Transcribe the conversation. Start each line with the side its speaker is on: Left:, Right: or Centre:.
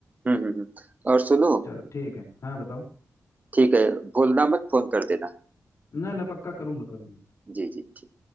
Right: हम्म हम्म हम्म। और सुनो
Left: चलो ठीक है हाँ बताओ
Right: ठीक है भूलना मत फोन कर देना
Left: ना ना पक्का करूंगा करूंगा
Right: जी जी ठीक